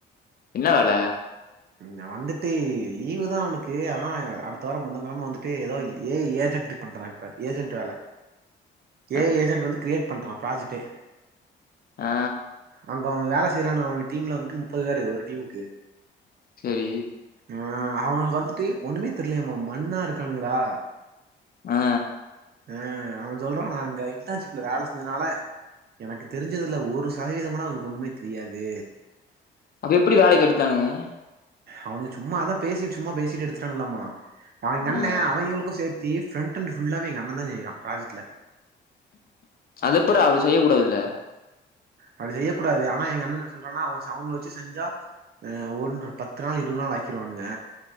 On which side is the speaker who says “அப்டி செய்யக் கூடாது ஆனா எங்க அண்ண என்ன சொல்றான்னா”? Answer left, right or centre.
Right